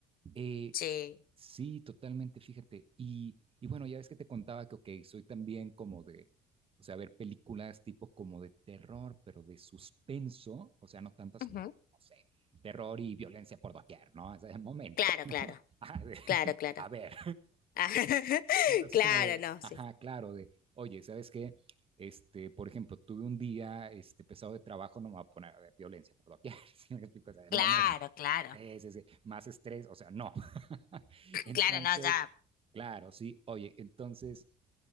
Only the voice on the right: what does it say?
Eh,
sí, totalmente, fíjate. Y, y bueno, ya ves que te contaba que, ok, soy también como de, o sea, ver películas tipo como de terror, pero de suspenso, o sea, no tanto así
como de, no sé, terror y violencia por doquier, ¿no? Ese es el momento,
¿no?
<laughs> Ajá, de-
a ver,
es así
como de,
ajá,
claro, de, oye, ¿sabes qué? Este, por ejemplo, tuve un día este, pesado de trabajo, no me voy a poner a ver violencia por doquier, <laughs> si me explico, o sea, de momento.
Sí, sí, sí, más estrés, o sea, no. <laughs> Entonces,
claro, sí, oye, entonces,